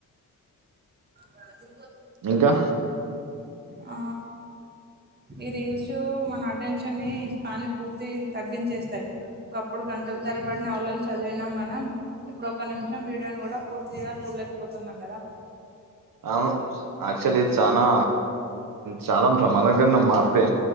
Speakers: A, on the right; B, on the right.
A: రాదు
B: ఇంకా
A: ఆ ఈ రీల్స్ మన అటెన్షన్ ని స్థానిక పూర్తి తగ్గించేస్తాయి ఒకప్పుడు గంటల తరబడి నవలలు చదివినాం మనం ఇప్పుడు ఒక్క నిమిషం వీడియోని కూడా పూర్తిగా చూడలేకపోతున్నాం కదా
B: అవు ఆక్చులీ ఇది చానా చాలా ప్రమాదంకర మైన మార్పే